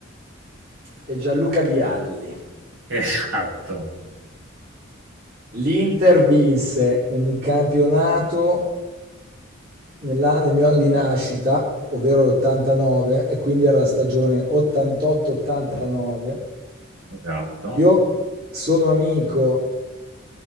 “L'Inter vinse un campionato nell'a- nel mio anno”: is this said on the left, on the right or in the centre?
Right